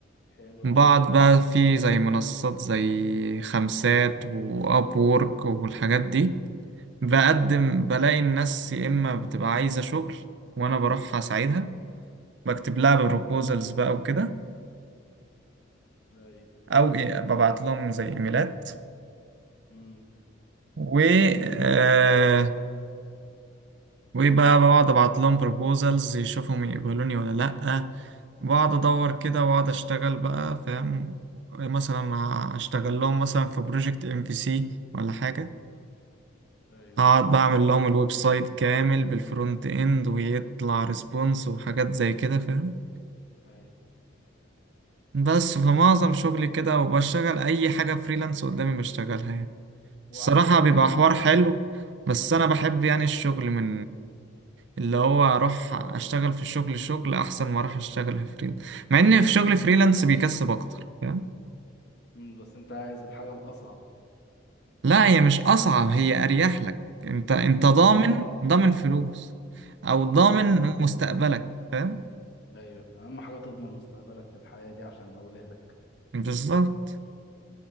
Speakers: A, on the left; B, on the right.
A: حلو
B: بقعد
A: يا عم
B: بقى في زي منصات زي خمسات وأب وورك والحاجات دي بقدم بلاقي الناس يا إما بتبقى عايزة شغل وأنا بروح أساعدها بكتب لها بروبوزلز
A: مم.
B: بقى وكده
A: ايوه
B: او إيه- ببعت لهم زي ايميلات
A: امم
B: و آه وبقى بقعد ابعت لهم بروبوزلز يشوفهم يقبلوني ولا لا بقعد ادور كده واقعد اشتغل بقى فاهم مثلا هشتغل لهم مثلا في بروجكت ام في سي ولا حاجه
A: ايوه
B: اقعد بعمل لهم الويب سايت كامل بالفرونت اند ويطلع ريسبونس وحاجات زي كده فاهم
A: ايوه
B: بس فمعظم شغلي كده وبشتغل اي حاجه فريلانس قدامي بشتغلها يعني
A: وعامل
B: الصراحة
A: ايه في
B: بيبقى
A: الجامعه
B: حوار حلو بس أنا بحب يعني الشغل من اللي هو أروح أشتغل في الشغل شغل أحسن ما أروح أشتغل في فريلانس مع إن في شغل فريلانس بيكسب أكتر فاهم
A: امم بس انت عايز الحاجه الاصعب
B: لا هي مش أصعب هي أريح لك أنت أنت ضامن
A: اه
B: ضامن فلوس أو ضامن
A: اه
B: مستقبلك فاهم
A: ايوه اهم حاجه تضمن مستقبلك في الحياه دي عشان اولادك
B: بالظبط